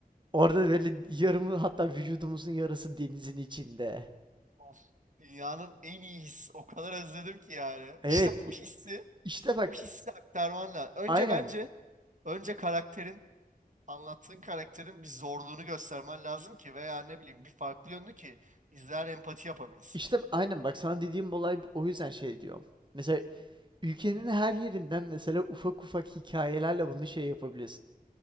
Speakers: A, on the right (about 30°); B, on the right (about 50°).
A: Orada böyle yarımı hatta vücudumuzun yarısı denizin içinde.
B: Of. Dünyanın en iyi hissi. O kadar özledim ki yani.
A: Evet
B: İşte bu hissi,
A: işte bak
B: bu hissi aktarman lazım. Önce
A: aynen.
B: bence, önce karakterin, anlattığın karakterin bir zorluğunu göstermen lazım ki veya ne bileyim bir farklı yönünü ki izler empati yapabilsin.
A: İşte aynen bak sana dediğim olay o yüzden şey diyorum. Mesela ülkenin her yerinden mesela ufak ufak hikayelerle bunu şey yapabilirsin.